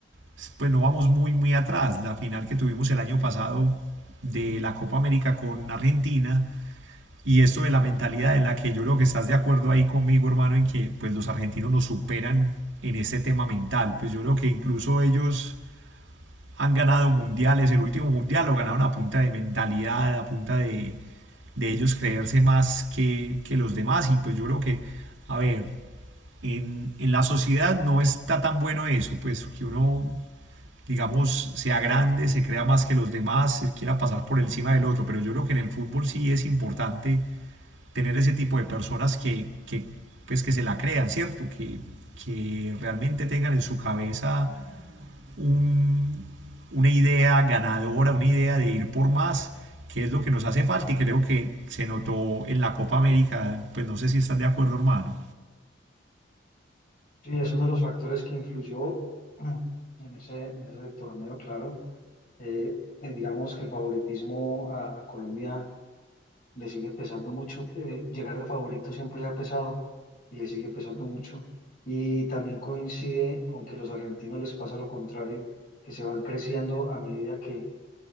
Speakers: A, on the right; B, on the left.
A: pues pues, no vamos muy, muy atrás. La final que tuvimos el año pasado de la Copa América con Argentina y esto de la mentalidad en la que yo creo que estás de acuerdo ahí conmigo, hermano, en que pues los argentinos nos superan en este tema mental. Pues yo creo que incluso ellos han ganado mundiales. El último mundial lo ganaron a punta de mentalidad, a punta de de ellos creerse más que, que los demás. Y pues yo creo que, a ver, en, en la sociedad no está tan bueno eso, pues que uno, digamos, sea grande, se crea más que los demás, se quiera pasar por encima del otro. Pero yo creo que en el fútbol sí es importante tener ese tipo de personas que, que pues que se la crean, ¿cierto? Que, que realmente tengan en su cabeza un, una idea ganadora, una idea de ir por más, que es lo que nos hace falta y creo que se notó en la Copa América, pues no sé si estás de acuerdo, hermano.
B: Sí, es uno de los factores que influyó en ese, en ese torneo, claro. Eh, eh, digamos que el favoritismo a, a Colombia le sigue pesando mucho. eh, llegar de favorito siempre le ha pesado y le sigue pesando mucho. Y también coincide con que los argentinos les pasa lo contrario, que se van creciendo a medida que,